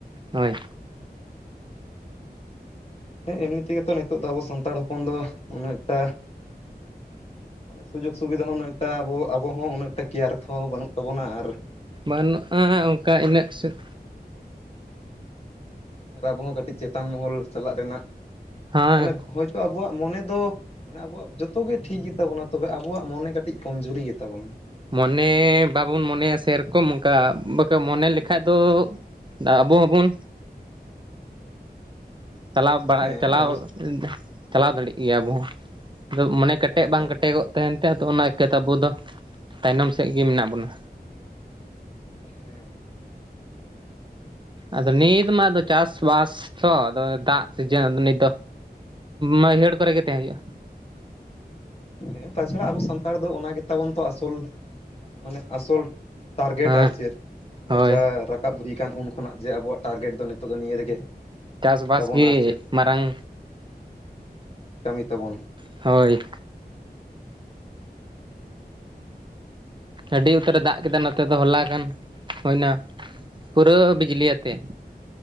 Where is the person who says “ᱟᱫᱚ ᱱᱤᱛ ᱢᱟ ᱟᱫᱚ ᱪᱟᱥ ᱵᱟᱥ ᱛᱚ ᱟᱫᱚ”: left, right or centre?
Right